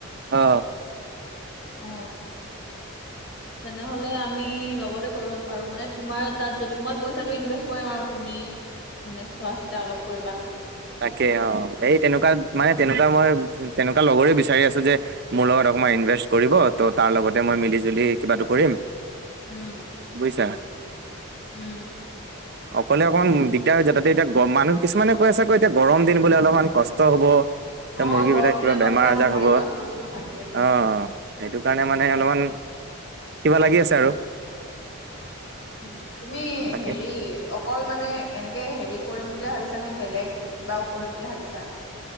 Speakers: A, on the right; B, on the left.
A: অ।
B: অ, তেনেহলে আমি। লগতে কৰিব পাৰো মানে তুমাৰ তাত যদি মই পইচাটো ইনভেষ্ট কৰিম আৰু তুমি। মানে চোৱা চিতা অলপ কৰিবা।
A: তাকে অ সেই তেনেকুৱা মানে তেনেকুৱা মই তেনেকুৱা লগৰে বিচাৰি আছো যে মোৰ লগত। ক ইনভেষ্ট কৰিব ত' তাৰ লগতে মই মিলি জুলি কিবাটো কৰিম।
B: উম
A: বুইছা।
B: উম।
A: অকলে অকমান দিগদাৰ হৈ যাতে এতিয়া গ মানুহ কিছুমানে কৈ আছে কৈ। এয়া গৰম দিন বোলে অলপমান কষ্ট হ'ব।
B: অ'
A: মুৰ্গী
B: গৰম
A: বিলাক
B: দিনত
A: কিবা বেমাৰ
B: অকমান
A: আজাৰ
B: মৰি
A: হ'ব।
B: যোৱা চান্সটো থাকে মানে।
A: অ' সেইটো কাৰণে মানে অলপমান কিবা লাগি আছে আৰু।
B: উম, তুমি
A: তাকে
B: হেৰি অকল মানে এনেকে হেৰিত কৰিম বুলি ভাবিছা নে? বেলেগ কিবাও কৰিম বুলি ভাবিছা?